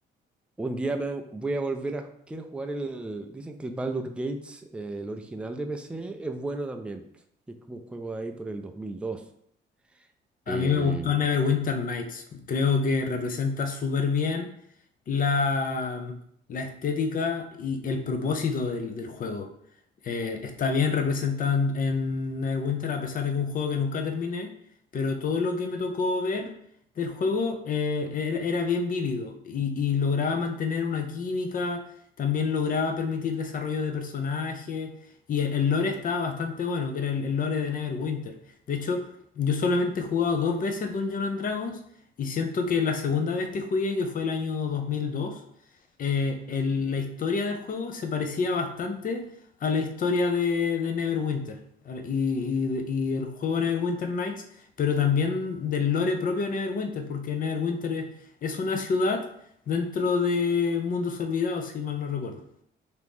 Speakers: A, in the centre; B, on the left.
A: Un día me han- voy a volver a... Quiero jugar el... Dicen que el Baldur Gates, eh, el original de PC, es bueno también. que Es como un juego de ahí por el 2002.
B: A
A: Eh,
B: mí me gustó Neverwinter Nights. Creo que representa súper bien la, la estética y el propósito del, del juego. Eh, está bien representado en, en Neverwinter, a pesar de que es un juego que nunca terminé, pero todo lo que me tocó ver del juego eh, era, era bien vívido y, y lograba mantener una química, también lograba permitir desarrollo de personajes y el, el lore estaba bastante bueno, que era el, el lore de Neverwinter. De hecho, yo solamente he jugado dos veces Dungeons and Dragons y siento que la segunda vez que jugué, que fue el año 2002, eh, el- la historia del juego se parecía bastante a la historia de, de Neverwinter al- y, y de- y el juego Neverwinter Nights, pero también del lore propio de Neverwinter, porque Neverwinter es, es una ciudad dentro de Mundos Olvidados, si mal no recuerdo.